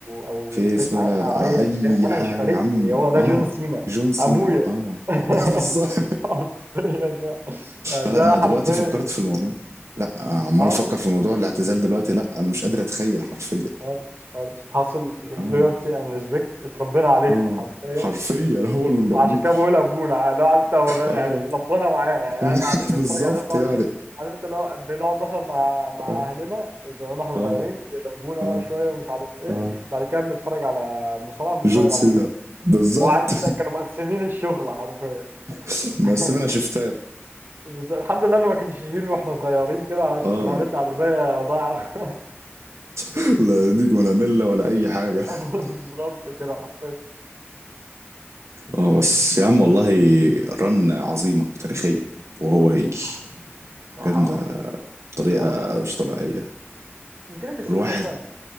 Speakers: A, on the right; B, on the right.
A: او
B: فيس
A: فيس
B: بقى
A: عادي او
B: آه،
A: ايا
B: اي
A: كان انا
B: حاجة
A: مش فارق
B: يا عم
A: لي هو ده
B: اه
A: جون سينا
B: جون سينا
A: ابويا
B: اه
A: <laughs>
B: <laughs> بالظبط
A: حرفيا يعني يعني
B: لا
A: ده
B: لا انا
A: حرفيا
B: دلوقتي فكرت في الموضوع لا عمال
A: اه
B: افكر
A: والله
B: في موضوع الاعتزال دلوقتي لا انا مش قادر اتخيل حرفيا
A: خالص خالص حاصل لويالتي
B: اه
A: اند ريسبكت اتربينا عليهم
B: اه
A: حرفيا
B: حرفيا هو اللي مربيني
A: عشان كده بقول ابونا اللي هو عارف انت هو ده
B: اه
A: يعني ربنا معاه يعني
B: <laughs>
A: احنا قاعدين نتفرج
B: بالظبط
A: عليه 24
B: يعني
A: عارف انت اللي هو بنقعد مثلا مع مع
B: اه
A: اهلنا زمان واحنا
B: اه
A: صغيرين يربونا
B: اه
A: بقى شويه ومش عارف ايه
B: اه
A: بعد كده بنتفرج على مصارعه بنتفرج
B: جون سينا
A: على جون
B: بالظبط
A: هو عارف انت كانوا مقسمين الشغل حرفيا
B: <laughs> مقسمنا
A: <laughs>
B: شفتات
A: بس الحمد لله انه ما كانش يهين واحنا صغيرين كده علشان
B: اه
A: كنا هنطلع رباية ضايع
B: لا دين ولا ملة ولا اي حاجة
A: <laughs>
B: <laughs>
A: بالظبط كده حرفيا <laughs>
B: اه بس يا عم والله رن عظيمة وتاريخية وهو هيل
A: الصراحه الصراحه
B: جامدة
A: اه
B: بطريقة
A: الصراحه
B: مش طبيعية
A: جريتست
B: والواحد
A: اوف اول تايم